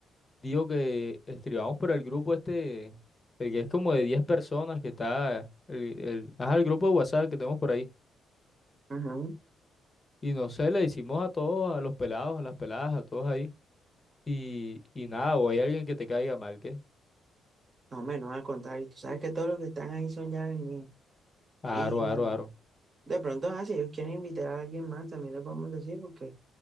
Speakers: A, on the left; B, on the right.
A: digo que escribamos por el grupo este, el que es como de 10 personas que está, el, el, ajá, el grupo de WhatsApp que tenemos por ahí.
B: Ajá.
A: Y no sé, le decimos a todos, a los pelados, a las peladas, a todos ahí. Y, y nada, o hay alguien que te caiga mal, ¿qué?
B: No, hombre, no, al contrario, tú sabes que todos los que están ahí son ya mías.
A: Aro,
B: Y
A: aro,
B: bueno,
A: aro.
B: de pronto, ajá, si ellos quieren invitar a alguien más, también le podemos decir, porque